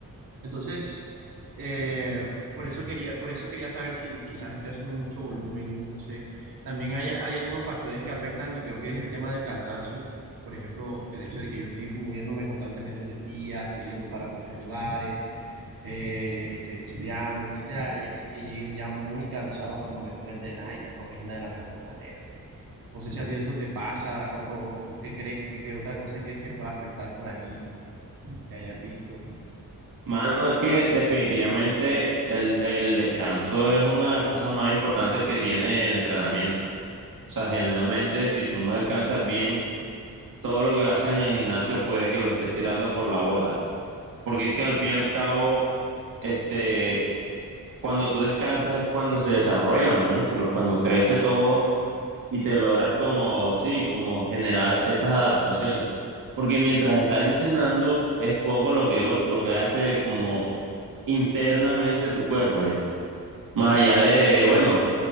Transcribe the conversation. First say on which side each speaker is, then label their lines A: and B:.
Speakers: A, on the right; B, on the right.
A: Entonces, eh, por eso quería, por eso quería saber si quizás estoy haciendo mucho volumen, no sé. También hay, hay algunos factores que afectan y creo que es el tema del cansancio. Por ejemplo, el hecho de que yo estoy moviéndome constantemente en el día, estoy yendo para muchos lugares, eh, estoy estudiando, etcétera, y hace que lleguen ya muy cansado cuando me toca entrenar y no rinda de la mejor manera. No sé si a ti eso te pasa o, o tú qué crees, qué, qué otra cosa crees que pueda afectar por ahí que hayas visto.
B: Mano, es que definitivamente el, el descanso es una de las cosas más importantes que tiene el entrenamiento. O sea, generalmente, si tú no descansas bien, todo lo que haces en el gimnasio puede que lo estés tirando por la borda. Porque es que al fin y al cabo, este, cuando tú descansas es cuando se desarrollan los músculos, cuando crece todo y te logras como, sí, como generar esas adaptaciones. Porque mientras estás entrenando es poco lo que, lo, lo que hace como internamente tu cuerpo, ¿ya? Más allá de, bueno,